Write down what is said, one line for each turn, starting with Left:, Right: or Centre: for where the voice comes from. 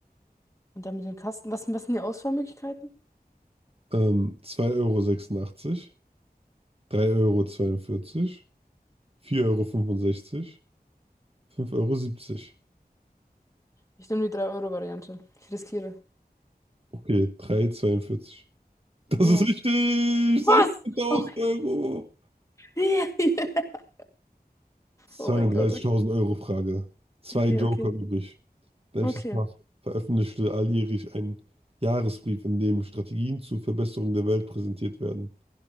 Left: Und dann mit dem Kasten. Was, was sind die Auswahlmöglichkeiten?
Right: Ähm, 2,86 Euro, sechsundachtzig, drei Euro, zweiundvierzig, vier Euro, fünfundsechzig, fünf Euro. siebzig.
Left: Ich nehme die drei euro variante Ich riskiere.
Right: Okay, drei Euro zweiundvierzig. <laughs> Das
Left: Ja.
Right: ist richtig!
Left: Was?
Right: 16.000
Left: Okay.
Right: Euro!
Left: <laughs>
Right: Zweiunddreißigtausend
Left: Oh mein Gott, okay.
Right: Euro Frage. Zwei
Left: Okay,
Right: Joker
Left: okay.
Right: übrig. Welches
Left: Okay.
Right: Paar veröffentlichte alljährlich einen Jahresbrief, in dem Strategien zur Verbesserung der Welt präsentiert werden?